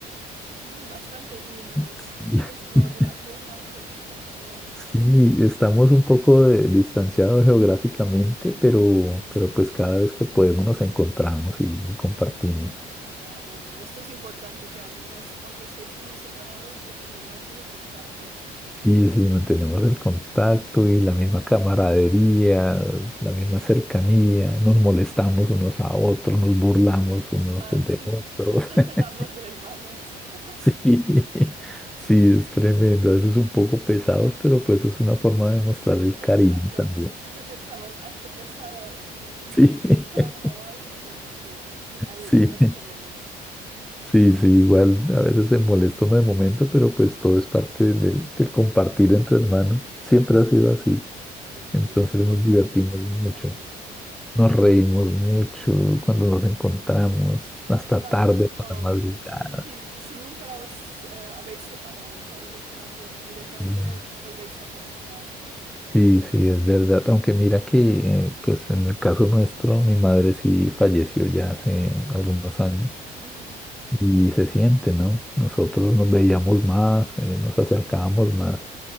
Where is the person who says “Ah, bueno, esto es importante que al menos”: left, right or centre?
Right